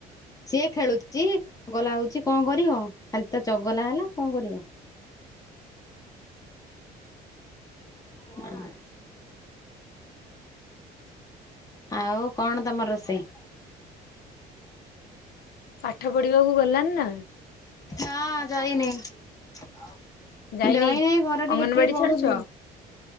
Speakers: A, on the left; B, on the left.
A: ସିଏ ଖେଳୁଛି ଚଗଲା ହଉଛି କଣ କରିବ ଖାଲି ତ ଚଗଲା ହେଲା କଣ କରିବ? ହଁ ଆଉ କଣ ତମ ରୋଷେଇ?
B: ପାଠ ପଢିବାକୁ ଗଲାନି ନା?
A: ନା ଯାଇନି ଯାଇନହି
B: ଯାଇନି?
A: ଘରେ ଟିକେ
B: ଅଙ୍ଗନବାଡି
A: ଟିକେ ପଢୁଛି
B: ଛାଡୁଛ